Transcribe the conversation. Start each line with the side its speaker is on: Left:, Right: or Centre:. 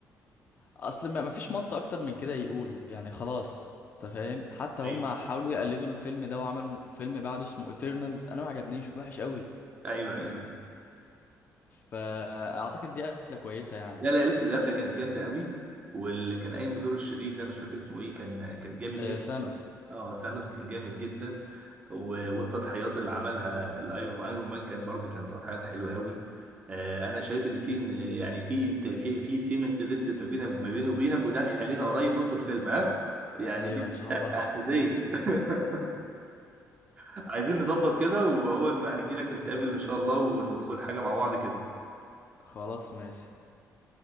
Left: اصل ما فيش مط اكتر من كده يقولوا يعني خلاص انت فاهم حتى هم
Right: ايوه
Left: حاولوا يقلدوا الفيلم ده وعملوا فيلم بعده اسمه ايترنالز انا ما عجبنيش وحش قوي
Right: ايوه ايوه ايوه
Left: فاعتقد دي قفله كويسه يعني
Right: لا لا الف- القفله كانت جامده قوي واللي كان قايم بدور الشرير ده مش فاكر اسمه ايه كان كان جامد
Left: آه
Right: جدا
Left: ثانوس
Right: اه سانوس
Left: أيوة.
Right: كان جامد جدا و- والتضحيات اللي عملها الايرون ايرون مان كان برضو كان تضحيات حلوه قوي آه انا شايف ان في يعني في انت في في سيمنت لسه ما بينا ما بيني وبينك وده خلينا قريب ندخل فيلم ها يعني
Left: ايوه
Right: دي
Left: ان شاء الله
Right: اساسيه
Left: <laughs>
Right: <laughs> عايزين نظبط كده واول ما هجيلك نتقابل ان شاء الله وندخل حاجه مع بعض كده
Left: خلاص ماشي